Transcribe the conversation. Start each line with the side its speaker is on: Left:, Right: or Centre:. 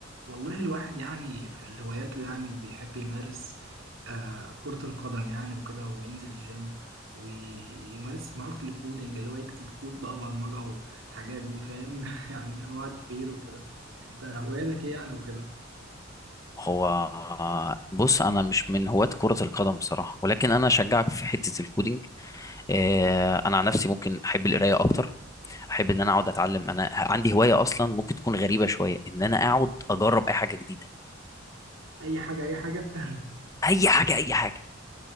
Right: والله الواحد يعني في الهواياته يعني بيحب يمارس آه كرة القدم يعني وكده وينزل الجيم ويمارس مهارة الكودينج اللي هو يكتب كود بقى برمجة وحاجات دي فاهم <laughs> يعني من أنواع التغيير وكده أنت هواياتك إيه يعني وكده
Left: هو بص انا مش من هواة كرة القدم بصراحة ولكن انا اشجعك في حتة الكودينج آه، انا عن نفسي ممكن احب القرايه اكتر احب ان انا اقعد اتعلم انا عندي هوايه اصلا ممكن تكون غريبه شويه ان انا اقعد اجرب اي حاجه جديده
Right: أي حاجة أي حاجة <laughs>
Left: اي حاجه اي حاجه